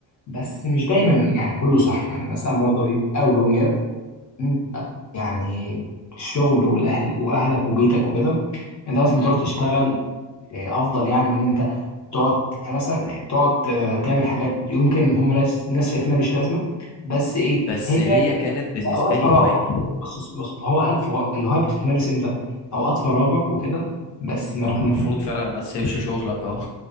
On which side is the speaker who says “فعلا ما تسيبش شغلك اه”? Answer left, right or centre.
Left